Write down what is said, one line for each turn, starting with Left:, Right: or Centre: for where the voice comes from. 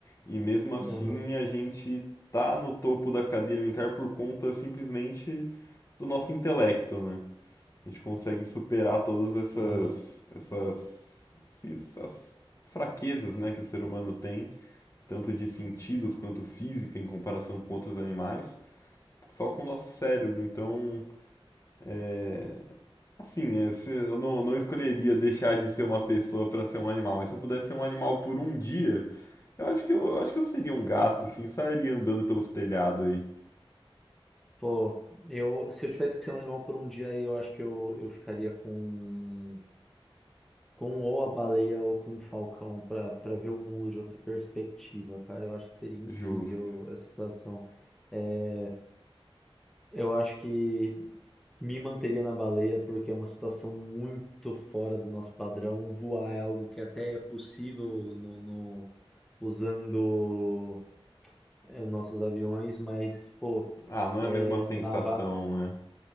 Left: e mesmo assim
Centre: Aham,
Left: a gente tá no topo da cadeia alimentar por conta simplesmente do nosso intelecto, né? A gente consegue superar todas essas,
Centre: aham.
Left: essas, esses- essas fraquezas, né, que o ser humano tem, tanto de sentidos quanto física em comparação com outros animais, só com o nosso cérebro, então. É, assim, é, se- eu não, eu não escolheria deixar de ser uma pessoa pra ser um animal, mas se eu pudesse ser um animal por um dia, eu acho que eu, eu acho que eu seria um gato, assim, sairia andando pelos telhados aí.
Centre: Pô, eu, se eu tivesse que ser um animal por um dia, eu acho que eu, eu ficaria com, com ou a baleia ou com o falcão pra para ver o mundo de outra perspectiva, cara. Eu acho que seria incrível
Left: Justo.
Centre: essa situação. É, eu acho que me manteria na baleia porque é uma situação muito fora do nosso padrão. Voar é algo que até é possível no, no- usando é, os nossos aviões, mas, pô,
Left: Ah, não é
Centre: é,
Left: a mesma sensação,
Centre: na va-
Left: né?